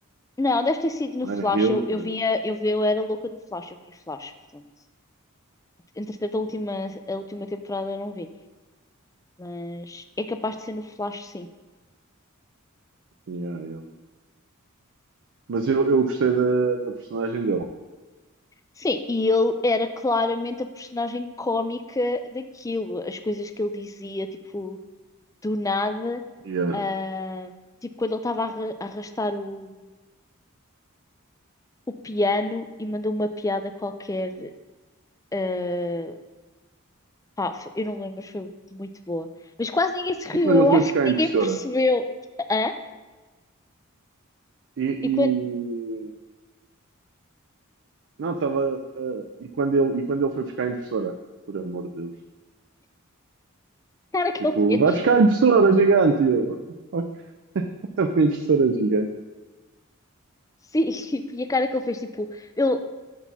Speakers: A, on the left; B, on the right.
A: Não, deve ter sido no
B: Anne
A: Flash.
B: Hilker,
A: Eu, eu via, eu via, eu era louca do Flash, eu via Flash, portanto. Entretanto, a última, a última temporada eu não vi, mas é capaz de ser no Flash, sim.
B: yeah, ele. Mas eu, eu gostei da, da personagem dele.
A: Sim, e ele era claramente a personagem cómica daquilo. As coisas que ele dizia, tipo, do nada,
B: Yeah.
A: ah, tipo quando ele estava a arra- a arrastar o, o piano e mandou uma piada qualquer. ah, pá, fo- eu não lembro, mas foi muito boa. Mas quase ninguém se riu,
B: E quando
A: eu
B: ele foi
A: acho
B: buscar
A: que
B: a
A: ninguém
B: impressora?
A: percebeu. Hã?
B: E,
A: E
B: e-
A: quando
B: não, estava. e, quando ele, e quando ele foi buscar a impressora? Por amor de Deus.
A: a cara que
B: Tipo,
A: ele fez,
B: vai buscar a impressora gigante! E Eu, "What the fuck? <laughs> Uma impressora gigante.
A: sim, <laughs> tipo, e a cara que ele fez, tipo, ele